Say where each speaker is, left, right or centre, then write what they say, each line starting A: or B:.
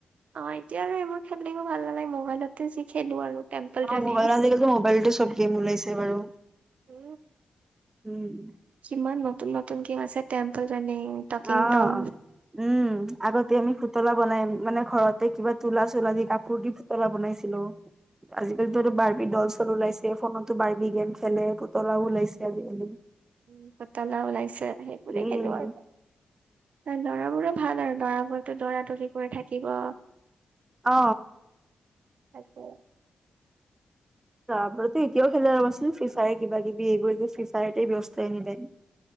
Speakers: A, on the right (about 70°); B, on the right (about 20°).
A: অ এতিয়া আৰু এইবোৰ খেলিলও ভাল নালাগে মোবাইলতে। খেলো আৰু টেম্পল
B: অ
A: ৰানিং
B: মোবাইল আজিকালো মোবাইলতো চব গেম ওলাইছে বাৰু
A: উ
B: উম
A: কিমান নতুন নতুন গম আছে টেম্পল ৰানিং টকিং
B: অ
A: টম
B: উম আগতে আমি সুতলা বনাইম মানে ঘৰতে কিবা তোলা চোুলা দি কাপোৰ দি পুতলা বনাইছিলো আজিকালিতো বাৰিবি ডলছৰ ওলাইছে ফোনতো বাৰিবি গেম খেলে পুতলাও ওলাইছে আজিকালি।
A: উ পতালা ওলাইছে সেইবোৰে
B: উম,
A: খেলো আৰু লৰাবোৰ ভাল আৰু দৰাবোৰতো দৰা দৰি কৰি থাকিব
B: অ
A: টাকে
B: তাৰপতো এতিয়াও খেলা ৰবাচোন ফিচাৰে কিবা কিবি এইবোৰ যে ফিচাৰতে ব্যৱস্থাই এনিটাইম।